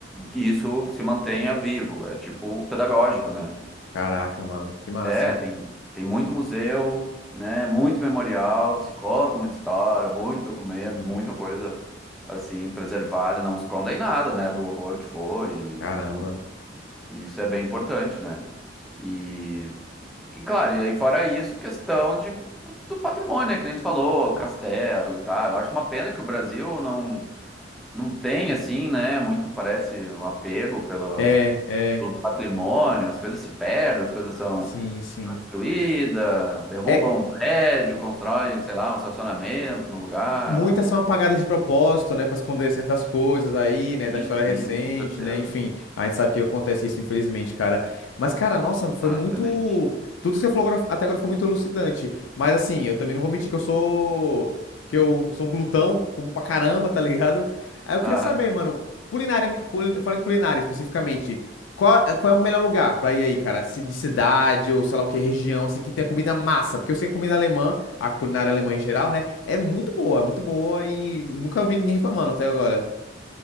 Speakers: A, in the centre; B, on the left.
A: isso se mantenha vivo, é tipo pedagógico, né?
B: Caraca, mano. Que massa.
A: É, tem, tem muito museu, né? Muito memorial, se conta muita história, muito documento,
B: Hum,
A: muita coisa assim preservada e não se conta em nada, né? Do horror que foi
B: caramba.
A: e tudo. E isso é bem importante, né? E, e claro, e aí fora isso, questão de, do, do patrimônio, né? Que nem tu falou, o castelo e tal. Eu acho uma pena que o Brasil não, não tem, assim, né? Muito parece um apego pelo,
B: É, é.
A: pelo patrimônio, as coisas se perdem, as coisas são
B: Sim, sim.
A: destruída, derruba
B: É.
A: um prédio, constrói, sei lá, um estacionamento no lugar,
B: Muitas
A: umas coisas
B: são apagadas de propósito, né, para esconder certas coisas aí, né,
A: assim.
B: da história
A: Sim,
B: recente,
A: com certeza.
B: né, enfim, a gente sabe que acontece isso, infelizmente, cara. Mas, cara, nossa,
A: Exatamente.
B: foi muito. Tudo que você falou agora- até agora foi muito elucidante. Mas, assim, eu também não vou mentir que eu sou. que eu sou um glutão, como pra caramba, tá ligado? Aí eu
A: Ah,
B: queria saber, mano, culinária, culi- falando em culinária especificamente, qual, qual é o melhor lugar pra ir aí, cara? Se- De cidade ou sei lá o que, região, assim, que tenha comida massa? Porque eu sei que comida alemã, a culinária alemã em geral, né? É muito boa, é muito boa e nunca vi ninguém reclamando até agora.